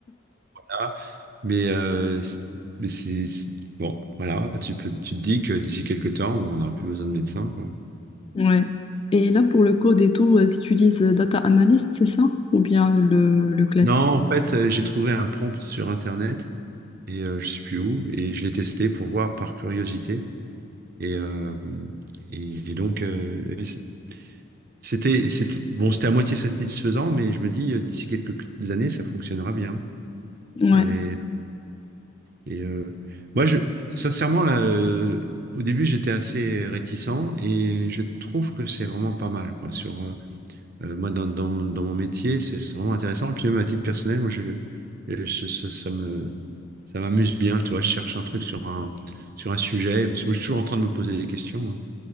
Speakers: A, on the right; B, on the left.
A: Voilà. Mais, euh, c'est- mais c'est, c'est- bon, voilà, tu peux, tu te dis que d'ici quelques temps, on n'aura plus besoin de médecin, quoi.
B: Ouais. Et là, pour le code et tout, euh, tu utilises Data Analyst, c'est ça? Ou bien le, le classique?
A: Non, en fait, euh, j'ai trouvé un prompt sur Internet et euh, je sais plus où et je l'ai testé pour voir par curiosité et euh, et, et donc euh, c'est- c'était c'était bon, c'était à moitié satisfaisant, mais je me dis euh, d'ici quelques années ça fonctionnera bien.
B: Ouais,
A: Et, et, euh, moi, je sincèrement là, euh, au début j'étais assez réticent et je trouve que c'est vraiment pas mal quoi sur euh, Euh, moi, dans, dans, mon dans mon métier, c'est c'est vraiment intéressant. Puis même à titre personnel, moi, je, je- ça, ça me, ça m'amuse bien. Tu vois, je cherche un truc sur un, sur un sujet, parce que moi, je suis toujours en train de me poser des questions. hein.